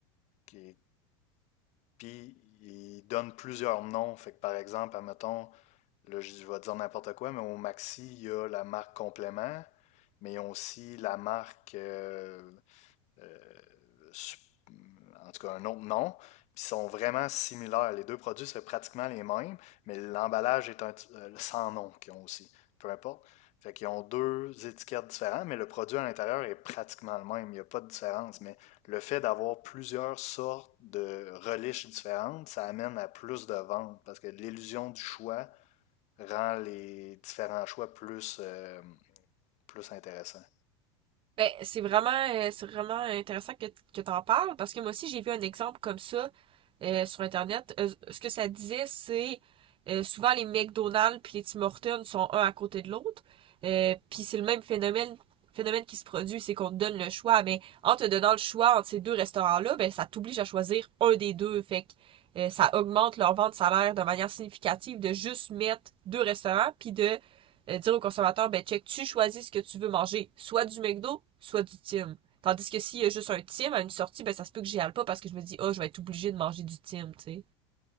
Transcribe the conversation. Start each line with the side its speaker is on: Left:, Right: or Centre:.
Left: qui puis ils donnent plusieurs noms. Fait que par exemple, admettons, là, je vais dire n'importe quoi, mais au Maxi, il y a la marque complément, mais ils ont aussi la marque euh, euh, Sup- en tout cas un autre nom, puis sont vraiment similaires. Les deux produits, c'est pratiquement les mêmes, mais l'emballage est un, euh, sans nom qu'ils ont aussi, peu importe. Fait qu'ils ont deux étiquettes différentes, mais le produit à l'intérieur est pratiquement le même. Il n'y a pas de différence. Mais le fait d'avoir plusieurs sortes de reliches différentes, ça amène à plus de ventes parce que l'illusion du choix rend les différents choix plus, euh, plus intéressants.
Right: Ben, c'est vraiment, euh, c'est vraiment intéressant que, que t'en parles parce que moi aussi j'ai vu un exemple comme ça euh, sur Internet. Euh, ce que ça disait, c'est euh, souvent les McDonald's puis les Tim Hortons sont un à côté de l'autre. Euh, puis c'est le même phénomène, phénomène qui se produit, c'est qu'on te donne le choix, mais en te donnant le choix entre ces deux restaurants-là, ben ça t'oblige à choisir un des deux. Fait que euh, ça augmente leur vente de salaire de manière significative de juste mettre deux restaurants puis de euh, dire au consommateur, ben check, tu choisis ce que tu veux manger, soit du McDo, soit du Tim. Tandis que s'il y a juste un Tim à une sortie, ben ça se peut que j'y aille pas parce que je me dis, oh, je vais être obligée de manger du Tim, tu sais.